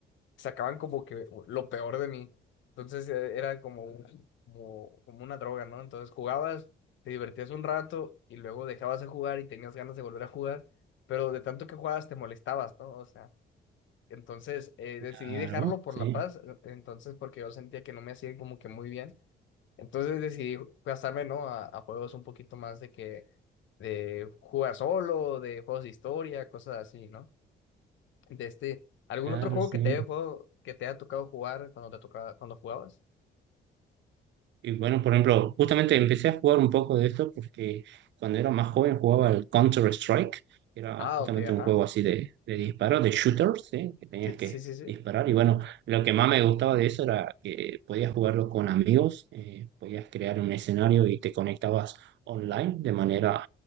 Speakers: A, on the left (about 70°); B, on the right (about 65°).
A: sacaban como que lo peor de mí. Entonces eh, era como, un- como, como una droga, ¿no? Entonces jugabas, te divertías un rato y luego dejabas de jugar y tenías ganas de volver a jugar, pero de tanto que jugabas te molestabas, ¿no? O sea, entonces eh,
B: Claro,
A: decidí dejarlo por
B: sí.
A: la paz, eh, entonces porque yo sentía que no me hacía como que muy bien. Entonces decidí gastarme, ¿no? A, a juegos un poquito más de que, de jugar solo, de juegos de historia, cosas así, ¿no? De este, ¿algún
B: Claro,
A: otro juego
B: sí.
A: que te haya jugado- que te haya tocado jugar cuando te tocaba, cuando jugabas?
B: Y bueno, por ejemplo, justamente empecé a jugar un poco de esto porque cuando era más joven jugaba el Counter-Strike, que era
A: Ah,
B: justamente
A: ok, ajá.
B: un juego así de, de disparo, de shooters, ¿sí? Que tenías
A: Sí,
B: que
A: sí, sí, sí.
B: disparar. Y bueno, lo que más me gustaba de eso era que podías jugarlo con amigos, eh, podías crear un escenario y te conectabas online de manera